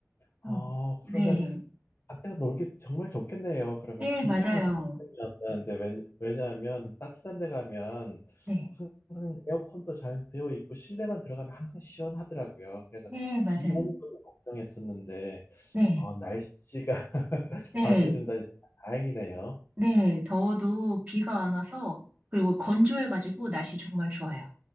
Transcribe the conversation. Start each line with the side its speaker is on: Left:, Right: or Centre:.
Left: 어,
Right: 어, 네.
Left: 그러면 밖에서 놀기 정말 좋겠네요. 그러면
Right: 예,
Left: 비가
Right: 맞아요.
Left: 항상 걱정이었었는데, 왜, 왜냐하면 따뜻한 데 가면
Right: 네.
Left: 항상 에어컨도 잘 되어 있고, 실내만 들어가면 항상 시원하더라고요. 그래서
Right: 예, 맞아요.
Left: 비 오는 걸 걱정했었는데,
Right: 네.
Left: 어, 날씨가 <laughs>
Right: 네.
Left: 받쳐준다니 정말 다행이네요.
Right: 네, 더워도 비가 안 와서, 그리고 건조해가지고 날씨 정말 좋아요.